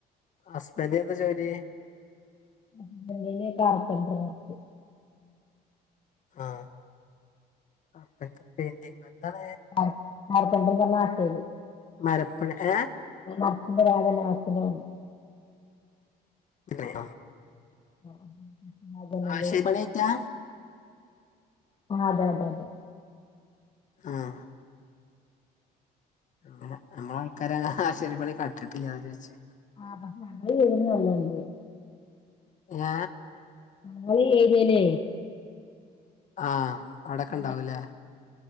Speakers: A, on the left; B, on the left.
A: ഹസ്ബന്റിനെന്താ ജോലി.
B: സ്ബന്റിന് കാർപെന്റർ വർക്
A: ആഹ് <unintelligible>
B: ആ ഹസ്ബന്റിന്റെ നാട്ടില്
A: മരപ്പണി ഏഹ്
B: <unintelligible>
A: <unintelligible>
B: ആഹ് ജനല്
A: ആശേപ്പണിയായിറ്റാ
B: ആഹ് അതെ അതെ അതെ
A: ആഹ് അങ്ങനെ നമ്മളാൾക്കാരാനെ ഹ്ആശാരി പണി കണ്ടിട്ടില്ല അതാ ചോയ്ച്ചെ
B: ആഹ് ഞങ്ങള് <unintelligible>
A: ഏ
B: ഞങ്ങളീ ഏരിയയില്
A: ആഹ് അവിടൊക്കെ
B: <unintelligible>
A: ഇണ്ടാവൂലേ